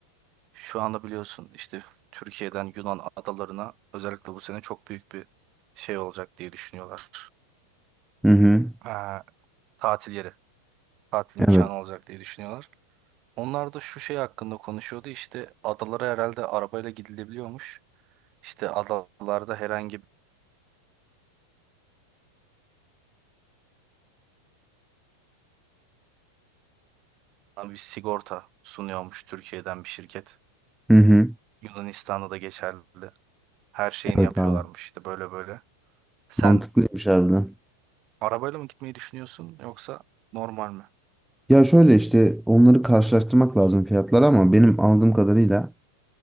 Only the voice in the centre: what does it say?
Hı hı.
Evet.
Hı hı.
Evet
abi.
Mantıklıymış harbiden.
Ya şöyle işte onları karşılaştırmak lazım fiyatları ama benim aldığım kadarıyla